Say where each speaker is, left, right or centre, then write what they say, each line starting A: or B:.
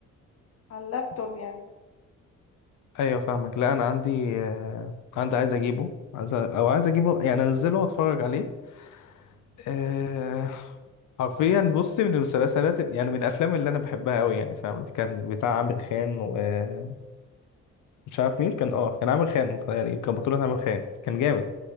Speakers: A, on the left; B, on the left.
A: على اللابتوب يعني،
B: ايوه فاهمك لا انا عندي آه، عندي عايز اجيبه عايز أ- او عايز اجيبه يعني انزله واتفرج عليه آه، حرفيا بصي من المسلسلات يعني من الافلام اللي انا بحبها قوي يعني فاهم كان بتاع عامر خان ومش عارف مين كان اه كان عامر خان يعني كان بطولة عامر خان كان جامد